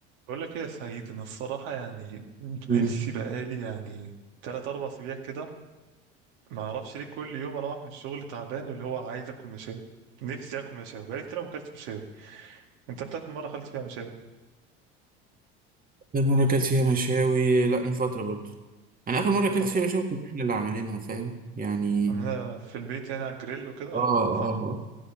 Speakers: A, on the right; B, on the right.
A: بقول لك ايه يا سعيد انا الصراحه يعني
B: مم.
A: نفسي بقالي يعني تلات اربع اسابيع كده ما اعرفش ليه كل يوم اروح من الشغل تعبان واللي هو عايز اكل مشاوي نفسي اكل مشاوي بقالي كتير ما اكلتش مشاوي انت بتاكل مره اكلت فيها مشاوي
B: آخر مرة أكلت فيها مشاوي لأ من فترة برضو أنا آخر مرة
A: من
B: أكلت
A: فتره
B: فيها مشاوي كنا إحنا اللي عاملينها فاهم يعني
A: عاملها في البيت يعني على الجريل وكده ولا
B: آه
A: فحم
B: آه